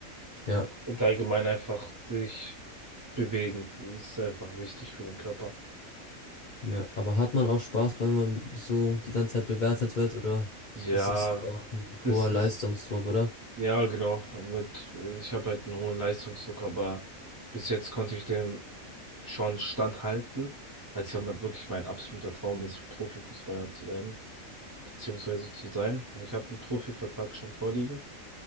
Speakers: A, on the left (about 50°); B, on the right (about 25°).
A: ja.
B: Und allgemein einfach sich bewegen. Das ist einfach wichtig für den Körper.
A: Ja, aber hat man auch Spaß, wenn man so die ganze Zeit bewertet wird, oder?
B: Ja,
A: Das ist ja auch ein
B: das
A: hoher
B: ist,
A: Leistungsdruck, oder?
B: ja, genau. Mit, ich habe halt einen hohen Leistungsdruck, aber bis jetzt konnte ich dem schon standhalten, weil es ja mal wirklich mein absoluter Traum ist, Profifußballer zu werden, beziehungsweise zu sein. Ich habe einen Profivertrag schon vorliegen.